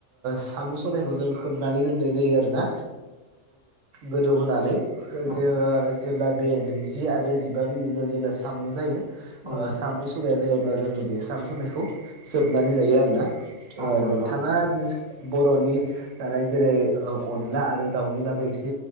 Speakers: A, on the right (about 80°); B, on the right (about 25°).
A: साम' सबायाइखौ जों होबनानै दोननाय जायो आरोना गोदौहानै
B: औ
A: जे जेब्ला बे नैजि आरो जिबा मिनिटाव जेब्ला साम' जायो
B: औ
A: साम' सा जायोब्ला जोंङो बे साम' साइखौ जोबनानै जायो आरोना
B: औ नंगौ
A: नोंथाङा बर'नि जानाय जेरै अनला आरो दाउनि बागै एसे